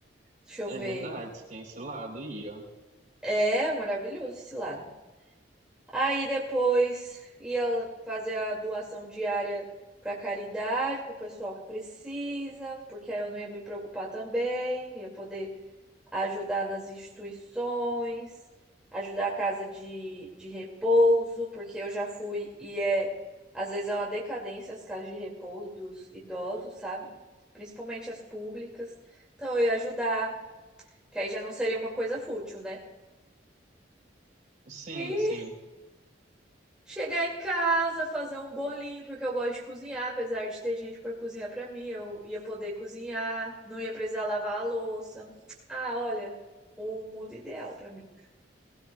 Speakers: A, in the centre; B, on the right.
A: Deixa eu
B: é
A: ver.
B: verdade, você tem esse lado aí, ó.
A: É maravilhoso esse lado. Aí depois ia fazer a doação diária para caridade, para o pessoal que precisa, porque aí eu não ia me preocupar também, ia poder ajudar nas instituições, ajudar a casa de, de repouso, porque eu já fui e é, às vezes é uma decadência as casas de repouso dos idosos, sabe? Principalmente as públicas. Então eu ia ajudar, que aí já não seria uma coisa fútil, né?
B: Sim,
A: E
B: sim.
A: chegar em casa, fazer um bolinho, porque eu gosto de cozinhar, apesar de ter gente para cozinhar para mim, eu ia poder cozinhar, não ia precisar lavar a louça. Ah, olha, o mundo ideal para mim.